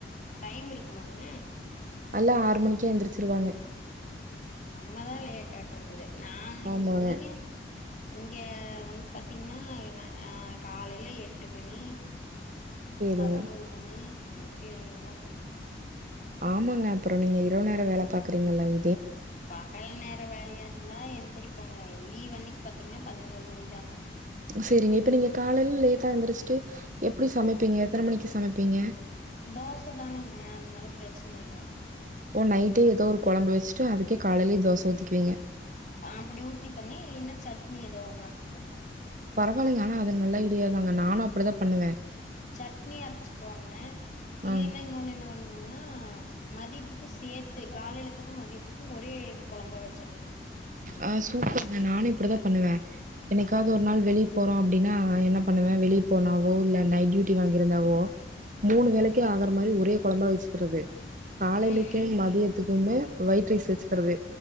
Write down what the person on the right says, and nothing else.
அல்ல ஆறு மணிக்கே எழுந்திரிச்சிருவாங்க
ஆமாங்க
சேரிங்க
ஆமாங்க அப்புறோ நீங்க இரவு நேரொ வேல பாக்குறீங்கல்லங்
சரிங்க இப்ப நீங்க காலையில லேட்டா எந்திருச்சுட்டு எப்டி சமைப்பீங்க எத்தன மணிக்கு சமைப்பீங்க
ஓ நைடே ஏதோ ஒரு கோழம்பு வெச்சுட்டு அதுக்கே காலையிலயே தோச ஊத்திக்குவீங்க
பரவாயில்லைங்க ஆனா அது நல்லா ஐடியாதாங்க நானு அப்டிதா பண்ணுவே
ஆ
ஆஹ் சூப்பருங்க நானு இப்டிதா பண்ணுவே என்னிக்காவது ஒரு நாள் வெளியே போறோ அப்டின்னா என்ன பண்ணுவே வெளியே போனாவோ இல்ல நைட் டியூட்டி வாங்கியிருந்தாவோ மூணு வேலைக்கு ஆகுற மாரி ஒரே கொழம்பா வெச்சுக்குறது காலைலக்கு
மதியத்துக் குமே வயிட் ரைஸ் வச்சுக்குறது